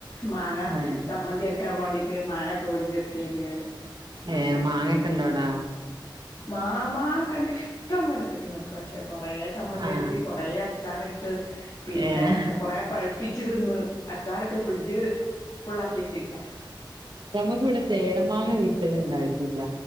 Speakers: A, on the left; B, on the right.
A: മാങ്ങ
B: ആഹ്
A: ചമ്മന്തി അരച്ച് വക്കാൻ വേണ്ടീട്ട് മാങ്ങ തോൽ ചെത്തേയ്ന് ഞാൻ
B: ഏഹ് മാങ്ങൊക്കെ ഇണ്ടോ അവിടാ
A: മാങ്ങാ ക്കൊണ്ട് ഇഷ്ടം പോലെ കിട്ടീന്ന് ഇപ്രാവശ്യം കൊറേ ചമ്മന്തി
B: ആഹ്
A: അരച്ച് കൊറേ അച്ചാറിട്ട് പിന്നെ
B: ഏഹ്
A: കൊറ പഴുപ്പ് പ്പിച്ച് തിന്ന് അച്ചാറിട്ട് ഫ്രിഡ്ജില് ഫുള്ളാക്കി വെച്ചേക്കാ
B: ങ്ങങ്ങൾക്കിവിടെ ചേലമാങ്ങ കിട്ടൽ ഉണ്ടായിട്ടില്ല